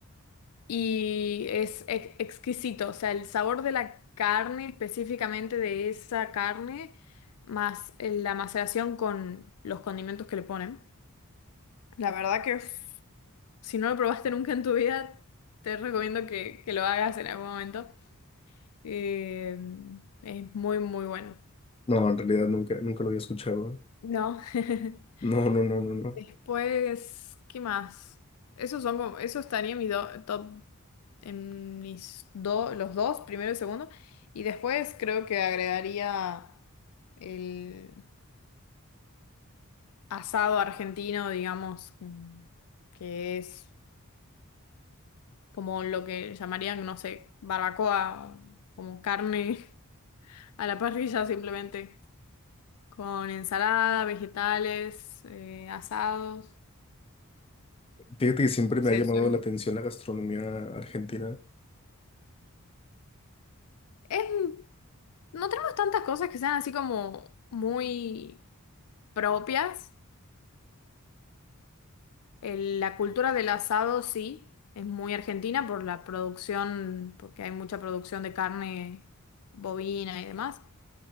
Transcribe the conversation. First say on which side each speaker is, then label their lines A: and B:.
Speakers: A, on the left; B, on the left.
A: Y es ex- exquisito, o sea, el sabor de la carne, específicamente de esa carne, más la maceración con los condimentos que le ponen. La verdad que si no lo probaste nunca en tu vida, te recomiendo que, que lo hagas en algún momento. Eh, es muy, muy bueno.
B: No, en realidad nunca, nunca lo había escuchado.
A: No. <laughs>
B: No, no, no, no, no.
A: Después, ¿qué más? Esos son como, eso estaría en mi do- top, en mis dos, los dos, primero y segundo. Y después creo que agregaría el asado argentino, digamos, mm, que es como lo que llamarían, no sé, barbacoa, como carne <laughs> a la parrilla simplemente. con ensalada, vegetales, eh, asados.
B: Fíjate que siempre
A: O
B: me
A: sea,
B: ha llamado
A: soy-
B: la atención la gastronomía argentina.
A: es- no tenemos tantas cosas que sean así como muy propias. El- la cultura del asado sí, es muy argentina por la producción, porque hay mucha producción de carne bovina y demás.